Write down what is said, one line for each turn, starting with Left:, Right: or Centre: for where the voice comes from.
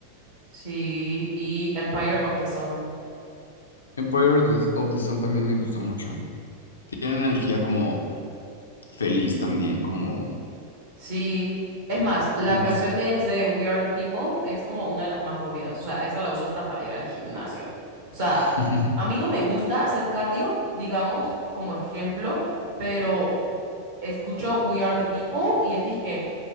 Right: Sí, y Empire of the Sun.
Left: Empire of the of the Sun también me gusta mucho. Tiene una energía como feliz también, como
Right: Sí, es más, la
Left: me gusta.
Right: canción de ellos de We Are the People es como una de las más movidas. O sea, esa la uso hasta para ir al gimnasio. O sea,
Left: <laughs>
Right: a mí no me gusta hacer cardio, digamos, como ejemplo, pero escucho We Are the People y es que,